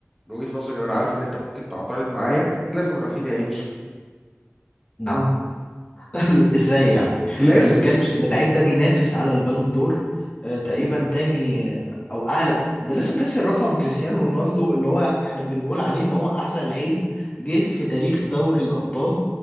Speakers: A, in the centre; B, on the left.
A: من وجهة نظري وانا عارف ان انت ممكن تعترض معايا لازم رافينيا يمشي
B: نعم <laughs> ازاي يعني
A: لازم
B: انت بتتكلم
A: يمشي
B: ان اللعيب ده بينافس على البالون دور آه، تقريبا تاني آه، او اعلى ده لسه كسر رقم كريستيانو رونالدو اللي هو احنا بنقول عليه ان هو احسن لعيب جه في تاريخ دوري الابطال